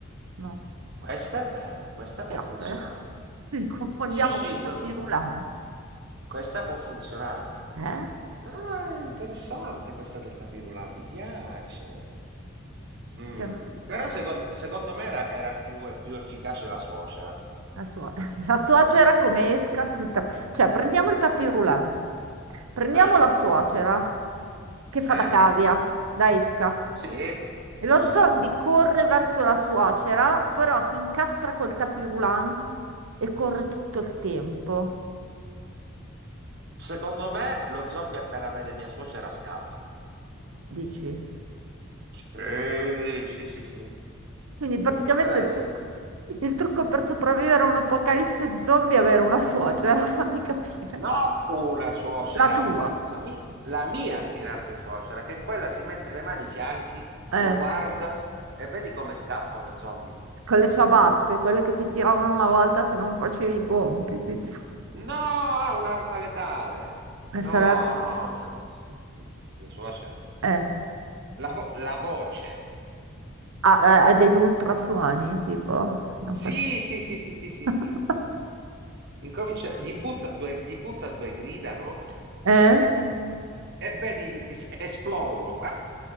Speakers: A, on the right (about 85°); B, on the right (about 50°).
A: No,
B: questa è bella, questa
A: ti piace?
B: può funzionare.
A: eh? <laughs> Li confondiamo
B: Sì, sì,
A: con i tapis
B: que- que-
A: roulant.
B: questa può funzionare.
A: Eh?
B: Ah, interessante questa del tapirulà, mi piace. Mm,
A: Perché-
B: però secondo,
A: no?
B: secondo me era, era più, più efficace la suocera.
A: La, suo- <laughs> la suocera come esca sul tappeto. Cioè, prendiamo il tapis roulant. Prendiamo
B: Eh,
A: la suocera che fa
B: eh,
A: da cavia, da esca.
B: sì,
A: E
B: giusto.
A: lo zombie corre verso la suocera, però si incastra
B: Sì.
A: col tapis roulant e corre tutto il tempo,
B: Secondo me lo zombie appena vede mia suocera scappa.
A: dici?
B: Sì, sì, sì, sì.
A: Quindi praticamente
B: Quella
A: il
B: sì.
A: trucco il trucco per sopravvivere a un apocalisse zombie è avere una suocera, <laughs> fammi capire.
B: No, una suocera,
A: La tua.
B: la, mi- la mia aspirante suocera, che quella si mette le mani ai fianchi,
A: Eh.
B: lo guarda e vedi come scappa lo zombie.
A: con le ciabatte, quelle che ti tiravano una volta se non facevi i compiti. Tipo.
B: No, ha un'arma letale.
A: E
B: No,
A: sare-
B: no, mia, mia suocera.
A: eh,
B: La, vo- la voce.
A: ha, ha- ha degli ultrasuoni, tipo, non
B: Sì,
A: fa sì.
B: sì, sì, sì, sì, sì,
A: <laughs>
B: sì. Incomincia, gli butta due, gli butta due grida, no?
A: Eh?
B: e vedi es- esplodono. Ah!